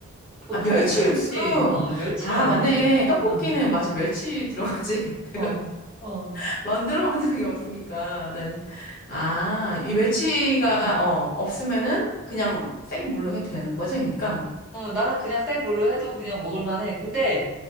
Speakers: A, in the centre; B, on the left.
A: 보통
B: 아, 멸치
A: 멸치,
B: 육수.
A: 어, 멸치를
B: 아,
A: 많이
B: 맞네.
A: 하지.
B: 떡볶이는
A: 어,
B: 맞아. 멸치 들어가지. <laughs> 내가
A: 어, 어.
B: <laughs> 만들어 본 적이 없으니까. 난 아, 이 멸치가
A: 응,
B: 어, 없으면은 그냥 생물로 해도 되는 거지, 그러니까.
A: 어, 나는 그냥 생물로 해도 그냥 먹을만 해. 근데